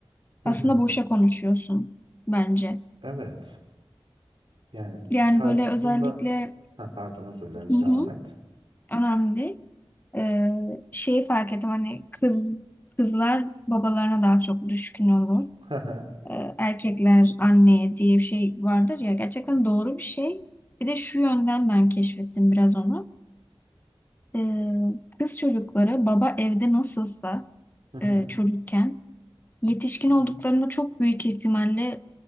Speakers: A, on the right; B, on the left.
A: Hı
B: aslında
A: hı.
B: boşa konuşuyorsun bence.
A: Evet. Yani
B: Yani
A: karşısında
B: böyle özellikle
A: ha, pardon özür dilerim
B: hı hı,
A: devam et.
B: önemli. Ee, şeyi fark ettim hani kız kızlar babalarına daha çok düşkün olur.
A: Hı hı.
B: Ee, erkekler anneye diye bir şey vardır ya gerçekten doğru bir şey. Bir de şu yönden ben keşfettim biraz onu. Ee, kız çocukları baba evde nasılsa
A: Hı hı.
B: e, çocukken yetişkin olduklarında çok büyük ihtimalle